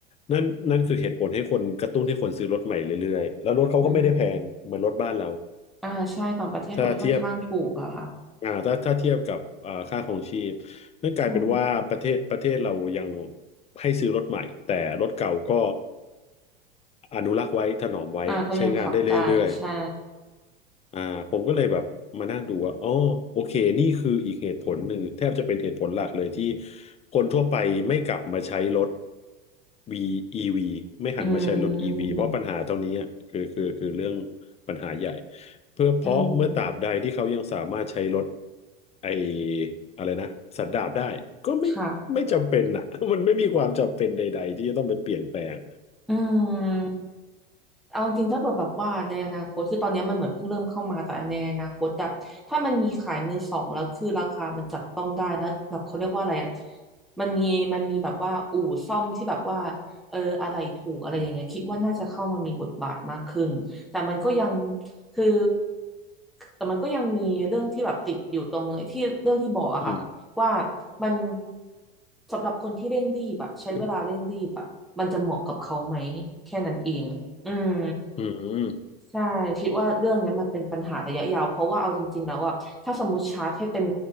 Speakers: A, on the left; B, in the centre.
A: นั่นนั่นคือเหตุผลให้คนกระตุ้นให้คนซื้อรถใหม่เรื่อยๆแล้วรถเขาก็ไม่ได้แพงเหมือนรถบ้านเรา
B: อืมอ่าใช่ต่างประเทศรถค่อนข้างถูกอะค่ะ
A: ถ้าเทียบ อ่าถ้าถ้าเทียบกับอ่าค่าครองชีพนั่นกลายเป็นว่าประเทศประเทศเรายัง
B: ใช่
A: ให้ซื้อรถใหม่แต่รถเก่าก็อนุรักษ์ไว้ถนอมไว้ใช้งานได้เรื่อย
B: อ่าก็ยังขับได้ใช่
A: อ่าผมก็เลยแบบมานั่งดูว่าอ๋อโอเคนี่คืออีกเหตุผลหนึ่งแทบจะเป็นเหตุผลหลักเลยที่คนทั่วไปไม่กลับมาใช้รถ V EV ไม่หันมาใช้รถ
B: อื
A: EV
B: ม
A: เพราะปัญหาตรงนี้อะคือคือคือเรื่องปัญหาใหญ่เพื่อเพราะเมื่อตราบใดที่เขายังสามารถใช้รถ
B: อืม
A: ไออะไรนะสันดาปได้ก็ไม่ไม่จำเป็นอ่ะ
B: ค่ะ
A: <laughs> มันไม่มีความจำเป็นใดๆที่จะต้องไปเปลี่ยนแปลง
B: อืมเอาจริงๆถ้าเกิดแบบว่าในอนาคตคือตอนเนี้ยมันเหมือนเพิ่งเริ่มเข้ามาแต่ในอนาคตอะถ้ามันมีขายมือสองแล้วคือราคามันจับต้องได้แล้วแบบเขาเรียกว่าอะไรอะมันมีมันมีแบบว่าอู่ซ่อมที่แบบว่าเอออะไรถูกอะไรอย่างเงี้ยคิดว่าน่าจะเข้ามามีบทบาทมากขึ้นแต่มันก็ยัง
A: อืม
B: คือแต่มันก็ยังมีเรื่องที่แบบติดอยู่ตรงที่เรื่องที่บอกอะค่ะ
A: อืม
B: ว่ามันสำหรับคนที่เร่งรีบอะใช้เวลาเร่งรีบอะมันจะเหมาะกับเขาไหมแค่นั้นเองอืม
A: อืมอืม
B: ใช่คิดว่าเรื่องเนี้ยมันเป็นปัญหาระยะยาวเพราะว่าเอาจริงๆแล้วอะถ้าสมมติชาร์จให้เต็ม